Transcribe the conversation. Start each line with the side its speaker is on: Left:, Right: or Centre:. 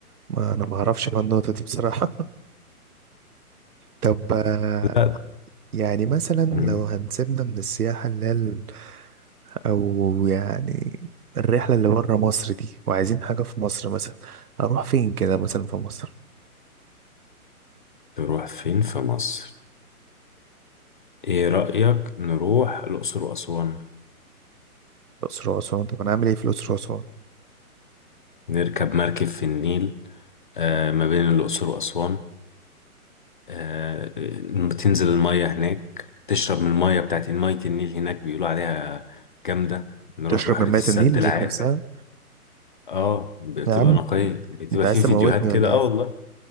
Right: ما انا ما اعرفش بقى النقطه دي بصراحه <laughs> طب آه،
Left: لا
Right: يعني مثلا لو
Left: مم.
Right: هنسيبنا من السياحه اللي هي ال- او يعني الرحله اللي بره مصر دي وعايزين حاجه في مصر مثلا اروح فين كده مثلا في مصر
Left: تروح فين في مصر ايه رأيك نروح الأقصر وأسوان
Right: الاقصر واسوان طب انا اعمل ايه في الاقصر واسوان
Left: نركب مركب في النيل آه ما بين الأقصر وأسوان آه آه، تنزل المية هناك تشرب من المية بتاعت مية النيل هناك بيقولوا عليها جامدة نروح
Right: تشرب
Left: بحيرة
Right: من مية
Left: السد
Right: النيل
Left: العالي
Right: ذات نفسها
Left: اه بتبقى
Right: يا عم
Left: نقية بتبقى
Right: انت عايز
Left: في
Right: تموتني
Left: فيديوهات
Right: ولا
Left: كده اه
Right: ايه
Left: والله